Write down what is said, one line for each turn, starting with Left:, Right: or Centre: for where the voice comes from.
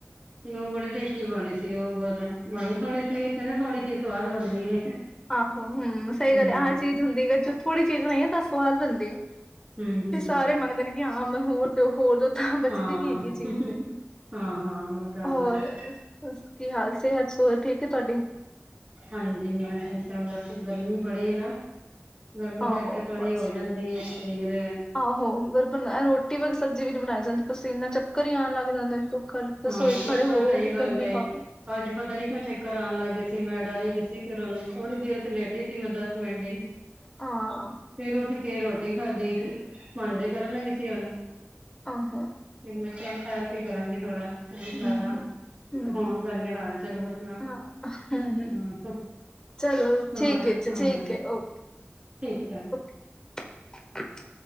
Right: ਤੇ ਓਹ ਬੜੇ ਟੇਸ ਬਣੀ ਸੀ ਉਹ ਪਰ ਬਣੀ ਥੋੜੀ ਸੀ, ਕਿ ਨਾ ਥੋੜੀ ਚੀਜ਼ ਸਵਾਦ ਬਣਦੀ ਏ।
Left: ਆਹੋ ਹੂੰ ਸਹੀ
Right: ਹੂੰ,
Left: ਗੱਲ ਐ, ਆਹ ਚੀਜ਼ ਹੁੰਦੀ ਐ ਅਗਰ ਥੋੜ੍ਹੀ ਚੀਜ਼ ਬਣਾਈ ਐ, ਤਾਂ ਸਵਾਦ ਬਣਦੀ ਐ।
Right: ਹੂੰ, ਹੂੰ
Left: ਤੇ ਸਾਰੇ ਮੰਗਦੇ ਨੇ ਕਿ ਹਾਂ ਮੈਨੂੰ ਹੋਰ ਦੋ-ਹੋਰ ਦੋ, ਤਾਂ ਬਚਦੀ
Right: ਹਾਂ।
Left: ਨੀ ਹੈਗੀ ਚੀਜ਼ ਤੇ।
Right: ਹਾਂ, ਹਾਂ ਉਹ ਤਾਂ
Left: ਹੋਰ
Right: ਬਸ
Left: ਕੀ ਹਾਲ, ਅੱਜ ਸਿਹਤ ਠੀਕ ਐ ਥੋਡੀ।
Right: ਹਾਂਜੀ, ਮੈਂ ਠੀਕ ਹਾਂ, ਬਸ ਗਰਮੀ ਬੜੀ ਐ ਨਾ। ਗਰਮੀ
Left: ਆਹੋ
Right: ਕਰਕੇ ਥੋੜ੍ਹੀ
Left: ਬਸ
Right: ਹੋ ਜਾਂਦੀ ਐ ਸਰੀਰ
Left: ਆਹੋ ਫੇਰ ਬਣਾਇਆ ਰੋ ਕਈ ਵਾਰ ਸਬਜ਼ੀ ਵੀ ਨੀ ਬਣਾਈ ਜਾਂਦੀ, ਪਸੀਨਾ ਚੱਕਰ ਹੀ ਆਣ ਲੱਗ ਜਾਂਦੇ ਨੇ, ਤੂੰ ਕਰ ਰਸੋਈ
Right: ਹਾਂ
Left: ਚ
Right: ਚੁੱਕੋ
Left: ਖੜੇ ਹੋ ਹੋ
Right: ਸਹੀ
Left: ਗੇ
Right: ਗੱਲ
Left: ਗਰਮੀ
Right: ਏ।
Left: ਘੱਟ ਐ।
Right: ਅੱਜ ਪਤਾ ਨੀ ਕਿਉਂ ਚੱਕਰ ਆਉਣ ਲਾਗੇ ਸੀ, ਮੈਂ ਡਰ ਗਈ ਸੀ, ਫਿਰ ਉਹਨੂੰ ਥੋੜੀ ਦੇਰ ਲੇਟੀ ਸੀ ਮੈਂ ਦਸ ਮਿੰਟ ਹੀ।
Left: ਹਾਂ।
Right: ਫਿਰ ਉੱਠ ਕੇ ਰੋਟੀ ਖਾਧੀ, ਭਾਂਡੇ ਧਰਨ ਲੱਗੀ ਸੀ ਹੁਣ।
Left: ਆਹਾ।
Right: ਫਿਰ ਮੈਂ ਚੱਲ ਠਹਿਰ ਕੇ ਕਰਾਂਗੀ ਥੋੜਾ, ਹੋਰ
Left: ਹੂੰ-ਹੂੰ
Right: ਕਰਲਾ।
Left: ਹੂੰ
Right: ਫੋਨ ਕਰਕੇ ਹਾਲ ਚਾਲ ਪੁੱਛਣਾ,
Left: ਹਾਂ ਹੂੰ-ਹੂੰ
Right: ਹੂੰ
Left: ਚਲੋ
Right: ਹੋਰ
Left: ਠੀਕ ਹੈ ਜੀ
Right: ਹਾਂ,
Left: ਠੀਕ ਹੈ ਓਕੇ
Right: ਠੀਕ ਐ।
Left: <inaudible>